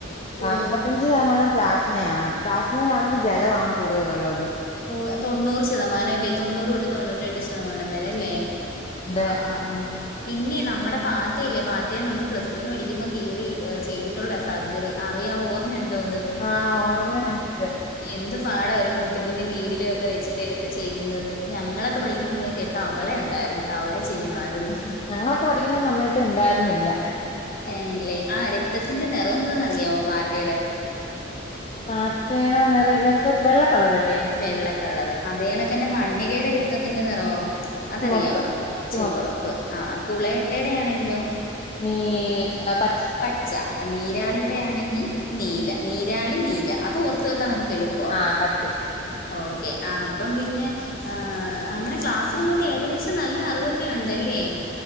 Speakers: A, on the left; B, on the left.
A: ഓ
B: അമ്പത്തഞ്ച് ശതമാനം പ്ലാസ്മയാണ് പ്ലാസ്മേൽ ആണെങ്കിൽ ജലമാണ് കൂടുതലുള്ളത്
A: ഓ തൊണ്ണൂറ് ശതമാനംല്ലേ തൊണ്ണൂറ് തൊട്ട് തൊണ്ണൂറ്റി രണ്ട് ശതമാനം വരെല്ലേ
B: അതെ
A: ആഹ് ആഹ് ആഹ് പിന്നെ നമ്മുടെ പാറ്റയില്ലേ പാറ്റയെ നമ്മള് പ്ലസ് ടുവിന് പഠിക്കുമ്പോ കീറി ചെയ്തിട്ടുള്ള സർജറി അറിയാവോ ഓർമ്മയുണ്ടോ അത്
B: ആഹ് ഓർമ്മയുണ്ട്
A: എന്ത് പാടാ ഒരു മു പിന്നെ നീടി ല് ഒക്കെ വെച്ചിട്ട് എടുത്ത് ചെയ്യുന്നത് ഞങ്ങളൊക്കെ പഠിക്കുന്ന സമയത്ത് തവളെ ഉണ്ടായിരുന്നു തവളെ ചെയ്യണമായിരുന്നു
B: ഞങ്ങളൊക്കെ പഠിക്കുന്ന സമയത്ത് ഉണ്ടായിരുന്നില്ല
A: ആണല്ലേ ആ രക്തത്തിന്റെ നിറം എന്തോന്ന് അറിയാവോ പാറ്റേടെ
B: പാറ്റേടെ നിറം വ്യക്ത വെള്ളക്കളറല്ലേ
A: വെള്ളക്കളറ് അതേകണക്കന്നെ മണ്ണിരയുടെ രക്തത്തിന്റെ നിറോ അതറിയാമോ
B: ചുമപ്പ് ചുമപ്പ്
A: ചുവപ്പ് ആ കുളയട്ടയുടെയാണെങ്കിലോ
B: നീ അ പ
A: പച്ച നീരാളിയുടെ ആണെങ്കിൽ നീല നീരാളി നീല അത് ഓർത്തു വെക്കാൻ നമുക്ക് എളുപ്പ് പ്പാ
B: ആ പറ്റും.
A: ഓക്കെ അപ്പം പിന്നെ ആ അങ്ങനെ ക്ലാസ്സിന് പോയിട്ട് ഏകദേശം നല്ല അറിവൊക്കെ ഉണ്ടല്ലേ